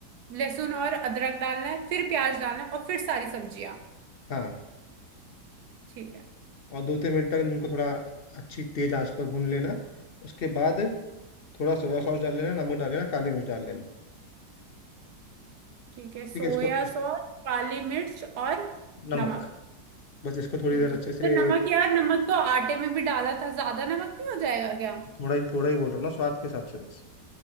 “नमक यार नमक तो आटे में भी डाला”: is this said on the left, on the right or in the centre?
Right